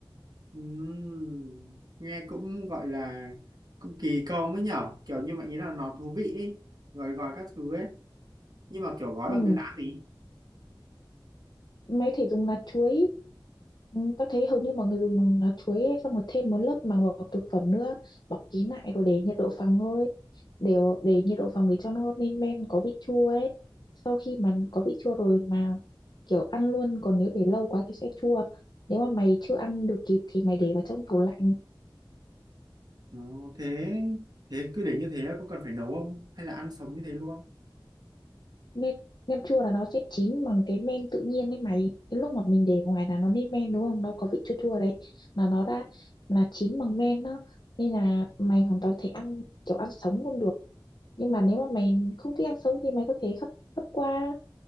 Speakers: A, on the right (about 50°); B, on the left (about 60°).
A: Ừm, nghe cũng gọi là cũng kỳ công ấy nhở kiểu như vậy ý là nó thú vị ý. Rồi gọi các thứ ấy nhưng mà kiểu gói
B: ừ
A: bằng cái lá gì
B: mẹ có thể dùng lá chuối ừ, ta thấy hầu như mọi người dùng lá chuối ấy, xong rồi thêm một lớp màng bọc thực phẩm nữa bọc kín lại rồi để nhiệt độ phòng thôi để để nhiệt độ phòng để cho nó lên men có vị chua ấy sau khi mà có vị chua rồi mà kiểu ăn luôn còn nếu để lâu quá thì sẽ chua nếu mà mày chưa ăn được kịp thì mày để vào trong tủ lạnh
A: nó thế thế cứ để như thế có cần phải nấu không hay là ăn sống như thế luôn
B: nem nem chua là nó sẽ chín bằng cái men tự nhiên đấy mày cái lúc mà mình để ngoài là nó lên men đúng không nó có vị chua chua đấy là nó đã là chín bằng men đó nên là mày hoàn toàn thể ăn kiểu ăn sống luôn được nhưng mà nếu mà mày không thích ăn sống thì mày có thể hấp hấp qua